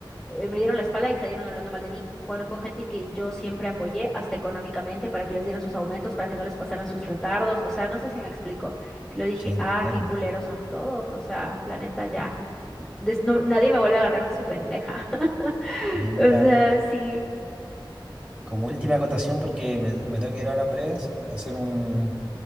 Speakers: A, in the centre; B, on the right.
A: eh, me dieron la espalda y salieron hablando mal de mí, cuando fue gente que yo siempre apoyé hasta económicamente para que les dieran sus aumentos, para que no les pasaran sus retardos, o sea, no sé si me explico. Lo dije,
B: sí, te
A: ah,
B: entiendo.
A: qué culeros son todos, o sea, la neta ya, des- no- nadie me vuelve a agarrar de su pendeja. <laughs>
B: Sí, mira,
A: O sea, sí,
B: como última acotación, porque me, me tengo que ir ahora en breve a hacer, a hacer un,